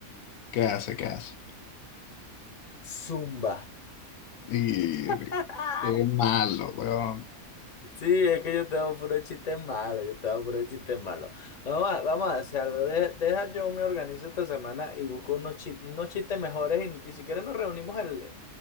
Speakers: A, on the left; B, on the left.
A: ¿Qué hace? ¿Qué hace?
B: Zumba.
A: Y
B: <laughs>
A: qué malo, weón.
B: Sí, es que yo tengo puro chiste malo, yo tengo puro chiste malo. Vamos a, vamos a hacer algo. de- deja yo me organizo esta semana y busco unos, chi- unos chistes mejores y, y si quieres nos reunimos el,